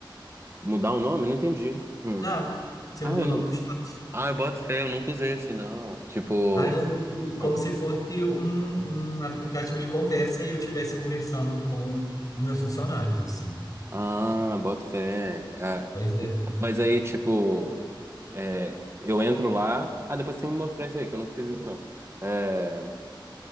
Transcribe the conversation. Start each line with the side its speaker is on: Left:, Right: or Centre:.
Right: Mudar o nome? Eu Não entendi. Hum.
Left: Ah, você
Right: Ah,
Left: muda
Right: eu
Left: o
Right: não.
Left: nome do chat.
Right: Ah, eu boto fé, eu nunca usei assim, não. Tipo.
Left: Aí eu uso como
Right: hum.
Left: se fosse um, um aplicativo de conversa e eu estivesse conversando com os meus funcionários, assim.
Right: Ah, boto fé. Ah,
Left: Pois é.
Right: mas aí, tipo, é, eu entro lá. Ah, depois tem que mostrar isso aí, que eu nunca fiz isso, não. É,